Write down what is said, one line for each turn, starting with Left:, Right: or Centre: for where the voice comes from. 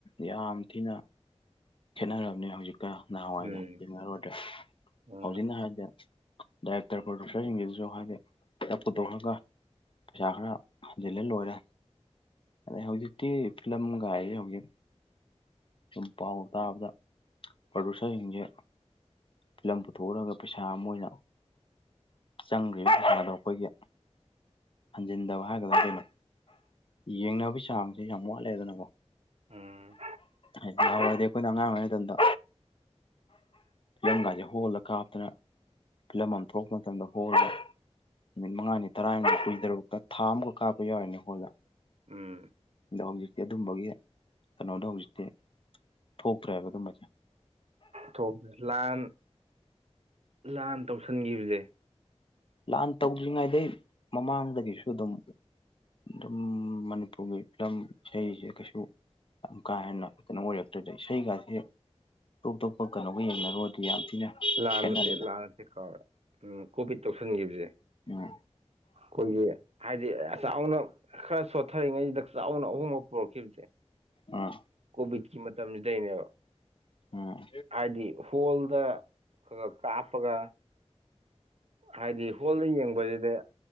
Left: ꯌꯥꯝ ꯊꯤꯅ ꯈꯦꯠꯅꯔꯕꯅꯤ ꯍꯧꯖꯤꯛꯀ ꯅꯍꯥꯟꯋꯥꯏꯒ
Right: ꯎꯝ
Left: ꯆꯦꯡꯅꯔꯨꯔꯗ꯭ꯔ
Right: ꯎꯝ
Left: ꯍꯧꯖꯤꯛꯅ ꯍꯥꯏꯗ ꯗꯥꯏꯔꯦꯛꯇꯔ ꯄ꯭ꯔꯣꯗ꯭ꯌꯨꯁꯔꯁꯤꯡꯒꯤꯁꯤꯁꯨ ꯍꯥꯏꯗꯤ ꯄꯨꯊꯣꯛꯑꯒ ꯄꯩꯁꯥ ꯈꯔ ꯍꯟꯖꯤꯜꯂꯦ ꯂꯣꯏꯔꯦ ꯑꯗꯩ ꯍꯧꯖꯤꯛꯇꯤ ꯐꯤꯂꯝꯒꯔꯤ ꯍꯧꯖꯤꯛ ꯁꯨꯝ ꯄꯥꯎ ꯇꯥꯕꯗ ꯄ꯭ꯔꯣꯗꯨꯁꯔꯁꯤꯡꯁꯦ ꯐꯤꯂꯝ ꯄꯨꯊꯣꯛꯀꯗꯕ ꯄꯩꯁꯥ ꯑꯃ ꯑꯣꯏꯅ ꯆꯪꯒꯔꯤꯕ ꯄꯩꯁꯥ ꯑꯗꯣ ꯑꯩꯈꯣꯏꯒꯤ ꯍꯟꯖꯤꯟꯗꯕ ꯍꯥꯏꯒꯗ꯭ꯔꯥ ꯀꯩꯅꯣ ꯌꯦꯡꯅꯕꯒꯤ ꯆꯥꯡꯁꯦ ꯌꯥꯝ ꯋꯥꯠꯂꯦꯗꯅꯀꯣ
Right: ꯎꯝ
Left: ꯑꯉꯥꯡ ꯑꯣꯏꯔꯁꯅꯨ ꯃꯇꯝꯗ ꯌꯪꯒꯥꯦ ꯍꯣꯜꯂ ꯀꯥ <unintelligible> ꯑꯗꯨꯅ ꯐꯤꯂꯝ ꯑꯃ ꯊꯣꯛꯛꯄ ꯃꯇꯝꯗ ꯍꯣꯜꯗ ꯅꯨꯃꯤꯠ ꯃꯉꯥꯅꯤ ꯇꯔꯥꯅꯤꯗ ꯀꯨꯏ ꯊꯥ ꯑꯃꯒ ꯀꯥꯞꯄ ꯌꯥꯎꯔꯤꯅꯦ ꯍꯣꯜꯗ
Right: ꯎꯝ
Left: ꯑꯗꯣ ꯍꯧꯖꯤꯛꯇꯤ ꯑꯗꯨꯝꯕꯒꯤ ꯀꯩꯅꯣꯗꯣ ꯍꯧꯖꯤꯛꯇꯤ ꯊꯣꯛꯇ꯭ꯔꯦꯕ ꯑꯗꯨꯝꯕꯁꯦ
Right: ꯊꯣꯛꯦ ꯂꯥꯟ ꯂꯥꯟ ꯇꯧꯁꯟꯈꯤꯕꯁꯦ
Left: ꯂꯍꯥꯟ ꯇꯧꯗ꯭ꯔꯤꯉꯩꯗꯩ ꯃꯃꯥꯡꯗꯒꯤꯁꯨ ꯑꯗꯨꯝ ꯑꯗꯨꯝ ꯃꯅꯤꯄꯨꯔꯒꯤ ꯐꯤꯂꯝ ꯏꯁꯩꯁꯦ ꯀꯩꯁꯨ ꯌꯥꯝ ꯀꯥ ꯍꯦꯟꯅ ꯀꯩꯅꯣ ꯑꯣꯏꯔꯛꯇꯣꯏꯗ ꯏꯁꯩꯒꯥꯁꯦ ꯇꯣꯞ ꯇꯣꯞꯄ ꯀꯣꯒ ꯌꯦꯡꯅꯔꯨꯔ ꯑꯗꯨ ꯌꯥꯝ ꯊꯤꯅ
Right: ꯂꯥꯟ
Left: ꯈꯦꯠꯅꯔꯦꯗ
Right: ꯅꯠꯇꯦ ꯂꯥꯟ ꯅꯠꯇꯦ ꯀꯥꯎꯔꯦ ꯎꯝ ꯀꯣꯚꯤꯠ ꯇꯧꯁꯟꯈꯤꯕꯁꯦ
Left: ꯎꯝ
Right: ꯑꯩꯈꯣꯏꯒꯤ ꯍꯥꯏꯗꯤ <unintelligible> ꯈꯔ ꯁꯣꯠꯊꯔꯤꯉꯩꯁꯤꯗ ꯆꯥꯎꯅ ꯑꯍꯣꯡꯕ ꯄꯨꯔꯛꯈꯤꯕꯁꯦ
Left: ꯎꯝ
Right: ꯀꯣꯚꯤꯠꯀꯤ ꯃꯇꯝꯁꯤꯗꯩꯅꯦꯕ
Left: ꯎꯝ
Right: ꯍꯥꯏꯗꯤ ꯍꯣꯜꯗ ꯀꯥꯞꯄꯒ ꯍꯥꯏꯗꯤ ꯍꯣꯜꯗ ꯌꯦꯡꯕꯁꯤꯗꯤ